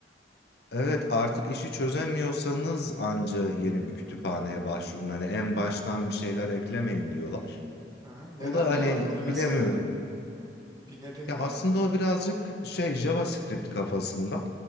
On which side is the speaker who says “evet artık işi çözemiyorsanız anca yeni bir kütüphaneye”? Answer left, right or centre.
Left